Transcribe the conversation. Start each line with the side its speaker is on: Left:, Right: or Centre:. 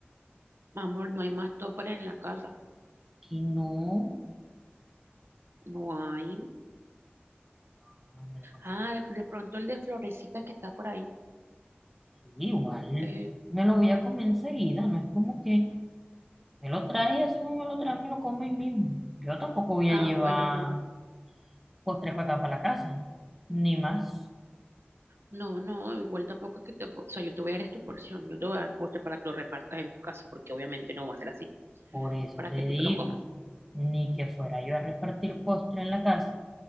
Right: Amor, no hay más toppers en la casa.
Centre: Que no.
Right: No hay.
Centre: Ah, me lo comí.
Right: Ah, de, de pronto el de florecitas que está por ahí.
Centre: Sí, igual
Right: Eh,
Centre: me lo voy a comer enseguida. No es como que me lo trae y así como me lo trae, me lo como ahí mismo. Yo tampoco voy
Right: ah,
Centre: a llevar
Right: bueno, mi amor.
Centre: postre para acá, para la casa. Ni más.
Right: No, no, igual tampoco es que te... O sea, yo te voy a dar es tu porción. Yo te voy a dar postre para que lo repartas en tu casa, porque obviamente no va a ser así,
Centre: Por eso
Right: para
Centre: te
Right: que
Centre: digo.
Right: tú te lo comas.
Centre: Ni que fuera yo a repartir postre en la casa.